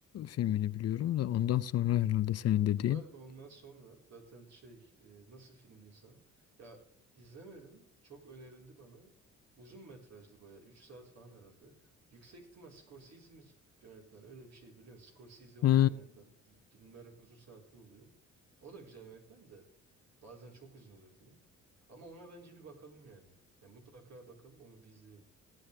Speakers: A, on the left; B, on the right.
A: filmini biliyorum da ondan sonra herhalde senin dediğin.
B: Bu galiba ondan sonra zaten şey e, nasıl film diyeyim sana? Ya izlemedim. Çok önerildi bana. Uzun metrajlı bayağı. üç saat falan herhalde. Yüksek ihtimal Scorsese mi yönetmen? Öyle bir şey biliyorsun. Scorsese olunca
A: Ha.
B: yönetmen. Filmler hep uzun saatli oluyor. O da güzel yönetmen de. Bazen çok uzun oluyor film. Ama ona bence bir bakalım yani. Yani mutlaka bakalım onu bir izleyelim.